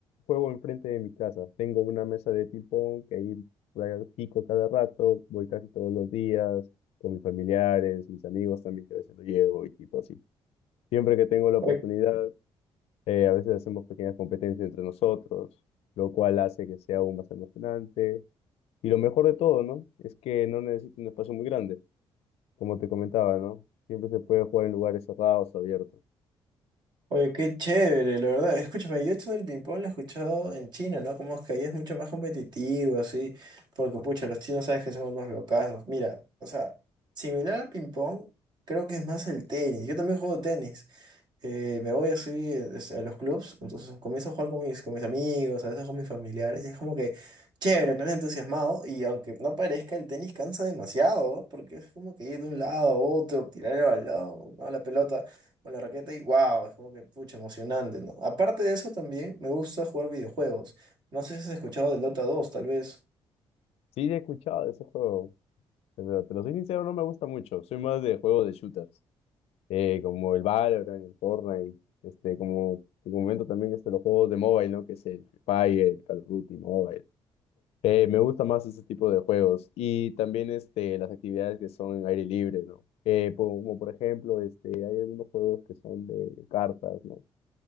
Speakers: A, on the left; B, on the right.
A: juego enfrente de mi casa. Tengo una mesa de ping-pong que ahí practico cada rato, voy casi todos los días con mis familiares, mis amigos también que a veces lo llevo y tipo así. Siempre que tengo la oportunidad
B: Oye,
A: eh, a veces hacemos pequeñas competencias entre nosotros, lo cual hace que sea aún más emocionante. Y lo mejor de todo, ¿no? Es que no necesita un espacio muy grande, como te comentaba, ¿no? Siempre se puede jugar en lugares cerrados, abiertos.
B: oye, qué chévere, la verdad. Escúchame, yo esto del ping-pong lo he escuchado en China, ¿no? Como es que ahí es mucho más competitivo, así. Porque, pucha, los chinos sabes que son unos locazos. Mira, o sea, similar al ping-pong. Creo que es más el tenis. Yo también juego tenis. eh, me voy así es- a los clubs, entonces comienzo a jugar con mis, con mis amigos, a veces con mis familiares, y es como que chévere, no entusiasmado, y aunque no parezca, el tenis cansa demasiado, ¿no? porque es como que ir de un lado a otro, tirar el balón, ¿no? la pelota con la raqueta, y wow, es como que pucha, emocionante, ¿no? Aparte de eso, también me gusta jugar videojuegos. No sé si has escuchado del Dota dos tal vez.
A: Sí, he escuchado de ese juego, pero te lo soy sincero, no me gusta mucho. Soy más de juegos de shooters, eh, como el Valorant, el Fortnite, este, como te comento también este, los juegos de mobile, ¿no? Que es el Free Fire, el Call of Duty Mobile. Eh, me gusta más ese tipo de juegos y también este, las actividades que son en aire libre, ¿no? Eh, po- como por ejemplo, este, hay algunos juegos que son de cartas, ¿no?